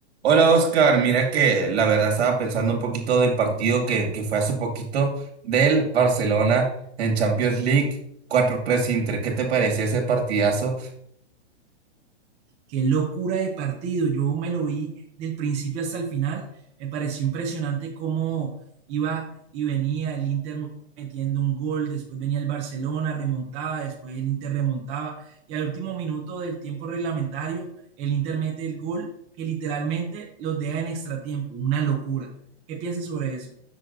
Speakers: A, on the right; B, on the right.
A: Hola Oscar, mira que la verdad estaba pensando un poquito del partido que, que fue hace poquito del Barcelona en Champions League cuatro tres Inter. ¿Qué te pareció ese partidazo?
B: Qué locura de partido. Yo me lo vi del principio hasta el final. Me pareció impresionante cómo iba y venía el Inter metiendo un gol, después venía el Barcelona, remontaba, después el Inter remontaba y al último minuto del tiempo reglamentario el Inter mete el gol que literalmente los deja en extratiempo. Una locura. ¿Qué piensas sobre eso?